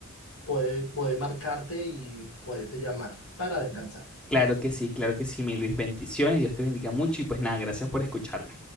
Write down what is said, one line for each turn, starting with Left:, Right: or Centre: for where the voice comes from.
Left: puede, puede marcarte y puede te llamar para descansar.
Centre: <laughs> claro que sí, claro que sí, mi Luis. Bendiciones, Dios te bendiga mucho y pues nada, gracias por escucharme.